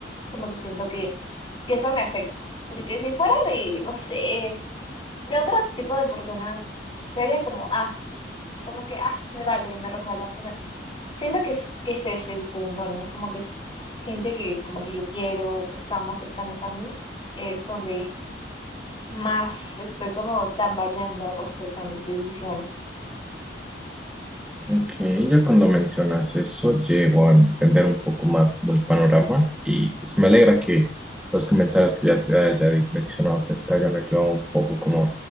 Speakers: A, on the left; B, in the centre.
A: como que siento que, que eso me afecta. Porque si fuera de, no sé, de otros tipos de personas, sería como, ah, como que, ah, me vale, me resbala, pero siento que, es- que ese es el punto, ¿no? Como que es gente que como que yo quiero, que están más cercanos a mí, es donde más estoy como tambaleando respecto a mis decisiones.
B: Ok, ya cuando mencionas eso, llego a entender un poco más como el panorama y pues me alegra que los comentarios que ya te haya di- mencionado pues te hayan ayudado un poco como